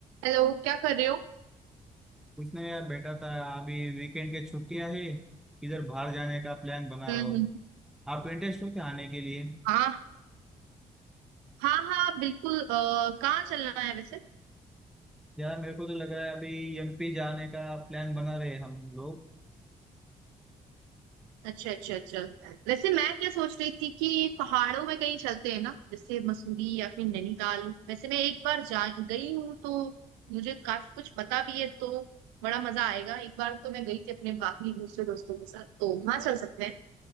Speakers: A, on the right; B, in the centre.
A: Hello क्या कर रहे हो
B: कुछ नहीं यार बैठा था अभी वीकेंड के छुट्टियां है इधर बाहर जाने का प्लान बना
A: हम्म
B: रहा हूँ
A: हम्म,
B: आप इंटरेस्ट हो क्या आने के लिए
A: हाँ हाँ हाँ बिल्कुल अ, कहाँ चलना है वैसे
B: यार मेरे को तो लग रहा है अभी एमपी जाने का प्लान बना रहे हैं हम लोग
A: अच्छा अच्छा अच्छा वैसे मैं क्या सोच रही थी कि पहाड़ों में कहीं चलते हैं ना जैसे मसूरी या फिर नैनीताल वैसे मैं एक बार जा गई हूँ तो मुझे काफी कुछ पता भी है तो बड़ा मजा आएगा एक बार तो मैं गई थी अपने बाकी दूसरे दोस्तों के साथ तो वहां चल सकते हैं